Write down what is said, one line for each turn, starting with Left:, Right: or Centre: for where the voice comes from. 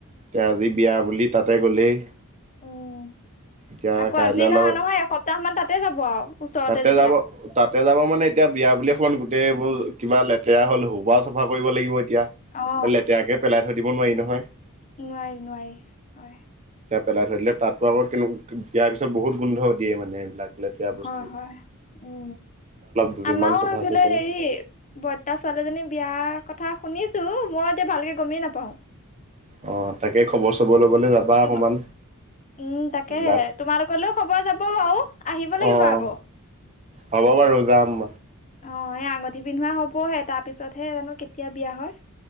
Right: এতিয়া আজি বিয়া বুলি তাতে গ'লেই
Left: উম'
Right: এতিয়া
Left: আকৌ
Right: কাইলৈ
Left: আজি
Right: অলপ
Left: নহয়, নহয়, এসপ্তাহ মান তাতে যাব আৰু। ওচৰতে
Right: তাতে
Left: যেতিয়া
Right: যাব তাতে যাব মানে এতিয়া বিয়া বুলি অকমান গোটেইবোৰ কিবা লেতেৰা হ'ল হোবা চাফা কৰিব লাগিব। এতিয়া
Left: অ
Right: লেতেৰাকে পেলাই থৈ দিব নোৱাৰি নহয়
Left: নোৱাৰি নোৱাৰি হয়।
Right: এতিয়া পেলাই ধৰিলে তাতো আকৌ বিয়াৰ পিছত বহুত গোন্ধ দিয়ে মানে। এইবিলাক বেয়া বস্তু।
Left: হয় হয় অ।
Right: দুদিনমান
Left: আমাৰো
Right: চফা
Left: এইফালে
Right: চিকুণ
Left: হেৰি বৰ্তা ছোৱালীজনী বিয়া কথা শুনিছো মই এতিয়া ভালকে গমেই নাপাও
Right: অ তাকে খবৰ চবৰ ল'বলৈ যাবা
Left: তোম
Right: অকমান
Left: উম তাকে
Right: এইবিলাক
Left: তোমালোকলৈও খবৰ যাব বাৰু আহিব লাগিব
Right: অ
Left: আকৌ।
Right: হ'ব বাৰু যাম।
Left: অ' এই আঙঠি পিন্ধোৱা হবহে, তাৰ পিছতহে জানো কেতিয়া বিয়া হয়।